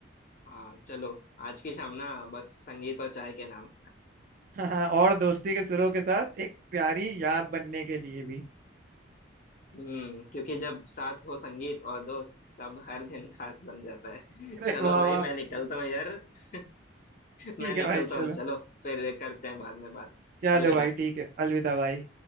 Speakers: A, on the left (about 40°); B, on the right (about 45°).
A: हाँ चलो आज की शाम ना बस संगीत और चाय के नाम
B: <laughs> और दोस्ती के सुरों के साथ एक प्यारी याद बनने के लिए भी <laughs>
A: हम्म क्योंकि जब साथ हो संगीत और दोस्त तब हर दिन खास बन जाता है
B: अरे
A: चलो
B: वाह
A: भाई
B: वाह
A: मैं
B: भाई
A: निकलता हूँ यार <laughs>
B: ठीक
A: मैं निकलता
B: है भाई चलो
A: हूँ चलो फिर करते हैं बाद में बात
B: चलो
A: अलविदा
B: भाई ठीक है अलविदा भाई